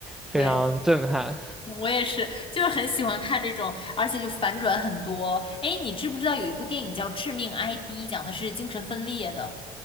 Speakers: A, in the centre; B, on the left.
A: 非常震撼。
B: 对，我也是，就是很喜欢看这种，而且就反转很多。哎，你知不知道有一部电影叫《致命 ID》，讲的是精神分裂的，